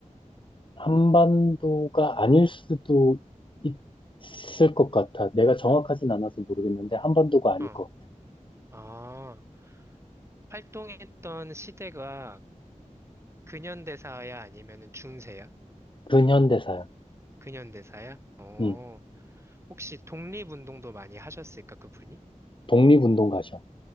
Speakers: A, on the left; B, on the right.
A: 한반도가 아닐 수도 있을 것 같아. 내가 정확하진 않아서 모르겠는데, 한반도가 아닐
B: 어,
A: 것 같아.
B: 아, 활동했던 시대가 근현대사야? 아니면은 중세야?
A: 근현대사야.
B: 근현대사야? 어.
A: 음,
B: 혹시 독립운동도 많이 하셨을까, 그분이?
A: 독립운동가셔.